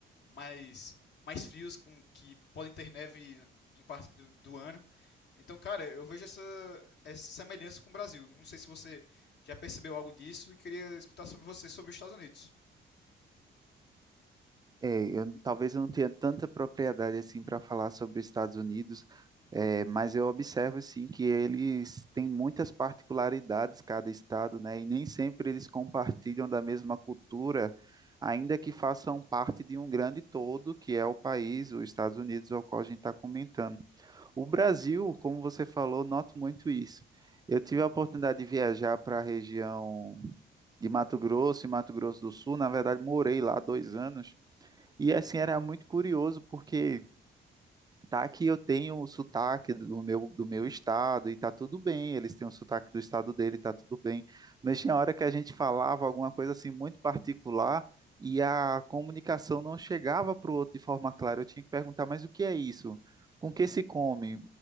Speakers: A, on the left; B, on the right.
A: mais mais frios, com que podem ter neve em parte do, do ano. Então, cara, eu vejo essa, essa semelhança com o Brasil. Não sei se você já percebeu algo disso e queria escutar sobre você sobre os Estados Unidos.
B: É, eu- talvez eu não tenha tanta propriedade assim para falar sobre os Estados Unidos, é, mas eu observo sim que eles têm muitas particularidades cada estado, né? E nem sempre eles compartilham da mesma cultura, ainda que façam parte de um grande todo, que é o país, os Estados Unidos, ao qual a gente está comentando. O Brasil, como você falou, noto muito isso. Eu tive a oportunidade de viajar para a região de Mato Grosso e Mato Grosso do Sul. Na verdade, morei lá dois anos. E assim era muito curioso porque Tá que eu tenho o sotaque do meu, do meu estado e tá tudo bem, eles têm o sotaque do estado dele, tá tudo bem. Mas tinha hora que a gente falava alguma coisa assim muito particular e a comunicação não chegava para o outro de forma clara. Eu tinha que perguntar, mas o que é isso? Com que se come?